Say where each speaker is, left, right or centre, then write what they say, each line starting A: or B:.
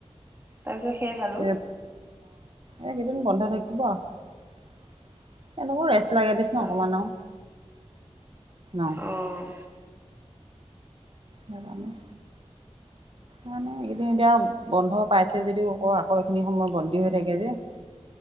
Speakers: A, on the right; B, on the right.
A: তাৰ পিছত সেইয়া
B: <unintelligible> এইকেইদিন বন্ধ থাকিব <unintelligible> ৰেষ্ট। ৰেষ্ট লাগে দেচোন
A: অ
B: অকমান আও নহ।
A: অ উম।
B: সেইকাৰণে। মানে এইকেইদিন এতিয়া বন্ধ পাইছে যদিও <unintelligible> আকৌ এইখিনি সময় বন্দী হৈ থাকে যে।